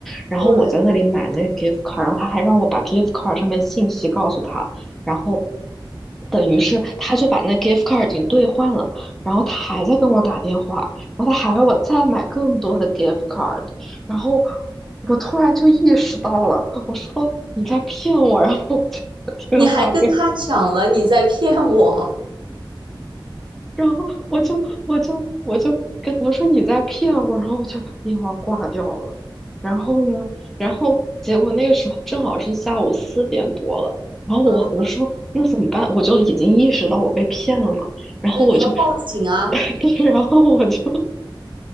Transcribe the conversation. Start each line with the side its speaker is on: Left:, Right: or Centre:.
Centre: 然后我在那里买那个
Right: 对，
Centre: gift card，然后他还让我把 gift card 上面信息告诉他，然后等于是他就把那 gift card 已经兑换了，然后他还在跟我打电话，然后他还要我再买更多的 gift card，然后我突然就意识到了，我说你在骗我，然后我就把电话
Right: 你还跟他讲了你在骗我。
Centre: 然后我就我就我就跟我说你在骗我，然后我就把电话挂掉了。然后呢，然后结果那个时候正好是下午四点多了，然后我我说那怎么办？
Right: 啊，
Centre: 我就已经意识到我被骗了嘛，然后我就，
Right: 对，你要报警啊？
Centre: <laughs> 对，然后我就